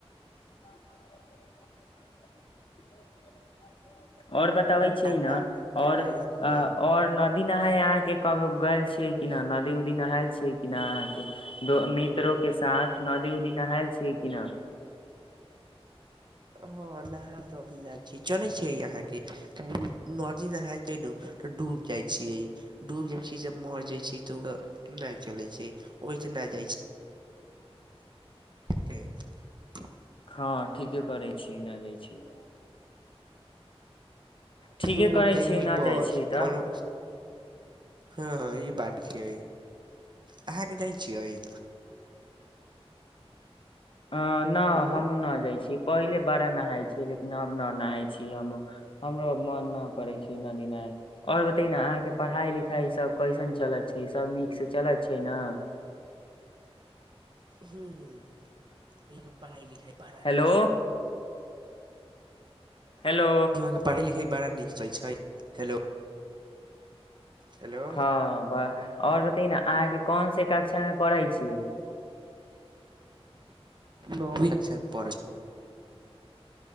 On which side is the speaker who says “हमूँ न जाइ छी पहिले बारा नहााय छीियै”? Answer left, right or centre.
Left